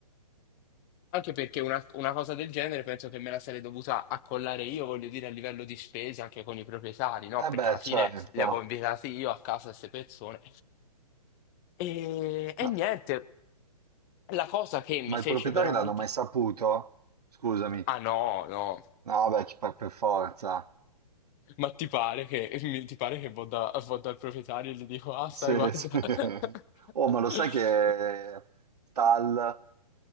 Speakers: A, on the left (about 25°); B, on the right (about 80°).
A: Anche perché una, una cosa del genere penso che me la sarei dovuta accollare io, voglio dire, a livello di spese anche con i proprietari, no?
B: Eh
A: Perché
B: beh,
A: alla fine
B: certo.
A: li avevo invitati io a casa queste persone. E,
B: Ma,
A: e niente, la cosa che mi
B: ma
A: fece
B: il proprietario
A: veramente...
B: l'hanno mai saputo? Scusami.
A: Ah no, no,
B: No, beh, chi- per per forza.
A: ma ti pare che, mi- ti pare che vado, da- vado dal proprietario e gli dico, ah sai,
B: Sì,
A: guarda,
B: <laughs> sì.
A: <laughs>
B: Oh, ma lo sai che tal,